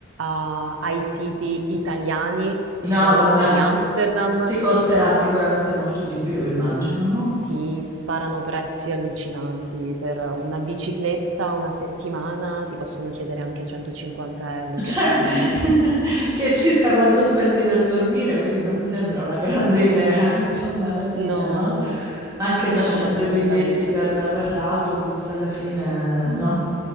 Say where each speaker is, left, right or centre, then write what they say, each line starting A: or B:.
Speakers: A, on the right; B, on the right.
A: a- ai siti italiani
B: No,
A: o
B: vabbè,
A: di Amsterdam
B: ti costerà sicuramente molto di più, immagino, no?
A: si sparano prezzi allucinanti. Per una bicicletta una settimana ti possono chiedere anche 150 euro,
B: Cioè,
A: che è follia.
B: <laughs> che è circa quanto spendi per dormire, quindi non mi sembra una grande idea, <laughs> insomma, alla fine,
A: No,
B: no?
A: no,
B: Anche
A: no,
B: facendo
A: <laughs> ma assolutamente.
B: i biglietti per, per l'autobus, alla fine, no?